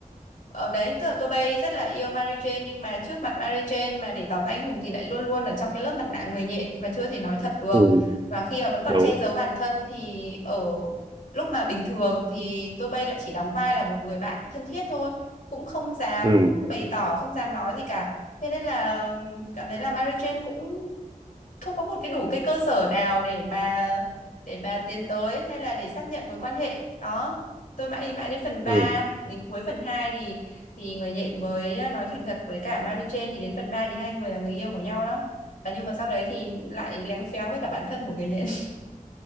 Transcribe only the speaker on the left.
Ờ đấy, tức là tôi bay rất là yêu Mary Jane nhưng mà trước mặt Mary Jane mà để tỏ ra anh hùng thì lại luôn luôn ở trong cái lớp mặt nạ người nhện và chưa thể nói thật được.
Và khi mà vẫn còn
che giấu bản thân thì ở lúc mà bình thường thì tôi bay lại chỉ đóng vai là một người bạn thân thiết thôi, cũng không dám
bày tỏ, không dám nói gì cả. Thế nên là cảm thấy là Mary Jane cũng không có một cái đủ cái cơ sở nào để mà để mà tiến tới hay là để xác nhận mối quan hệ đó tôi mãi mãi đến phần ba
đến cuối phần 2 thì thì người nhện mới à, nói thành thật với cả Mary Jane thì đến phần 3 thì hai người là người yêu của nhau đó à, nhưng mà sau đấy thì lại léng phéng với cả bản thân của người nhện